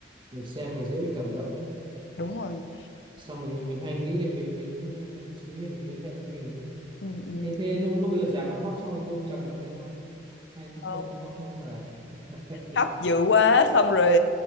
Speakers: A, on the right (about 25°); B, on the left (about 75°).
A: mình xem mình dễ bị cảm động lắm
B: đúng rồi
A: xong mình mình hay nghĩ đến về đến ờ, chính mình mình liên hệ với mình ấy.
B: ừ,
A: thế thế lúc lúc ấy ở rạp mà khóc xong thì có ôm chầm bạn kia không hay cũng
B: ừ.
A: không khóc không phải <laughs>
B: khóc dữ quá xong rồi